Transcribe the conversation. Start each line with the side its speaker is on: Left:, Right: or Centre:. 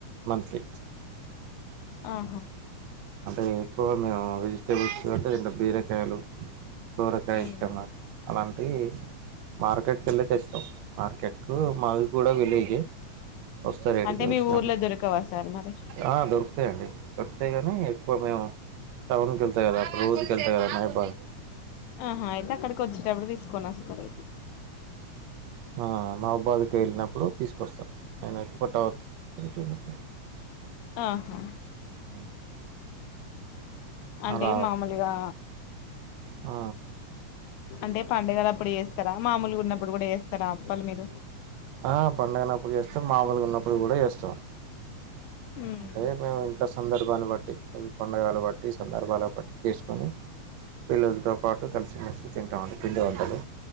Right: మంత్లీ
Left: ఆహా
Right: అంటే ఎక్కువ మేము వెజిటేబుల్స్ అంటే ఇట్ల బీరకాయలు సొరకై
Left: ఉమ్
Right: ఇష్టం నాకు అలాంటి మార్కెట్కి ఏళ్లి తెస్తాం మార్కెట్ కు మాది కూడా విలేజె వస్తారేడికి
Left: అంటే
Right: వచ్చినప్పుడు
Left: మీ ఊర్లో దొరకవా సార్ మరి
Right: ఆ దొరుకుతాయండి దొరుకుతాయి ఆ ఎక్కువ మేము టౌన్ కెళ్త కదా అప్పుడు రోడుక ఎళ్తా కదా మహబాద్
Left: ఆహా అయితే అక్కడికి ఓచ్చేటప్పుడు తీసుకొని వస్తాను
Right: మా మహబాద్కి వెళ్ళినప్పుడు తీసుకొస్తాను నేను ఎక్కువ టౌన్ బట్ అవర్
Left: ఆహా
Right: ఆ
Left: అంటే
Right: అలా
Left: మామూల్గా
Right: ఆ
Left: అంటే పండగలప్పుడు చేస్తారా మామూల్గున్నప్పుడు కూడా చేస్తారా అప్పల్ మీరు
Right: ఆ పండగన్నప్పుడు చేస్తాం మాముూల్గున్నప్పుడు గుడా చేస్తాం
Left: ఉమ్
Right: అంటే మేము ఇంట్ల సందర్భాన్ని బట్టి పండగలు బట్టి సందర్భాల బట్ చేస్కొని పిల్లలతో పాటు కల్సి మెల్సి తింటాం అండి పిండి వంటలు.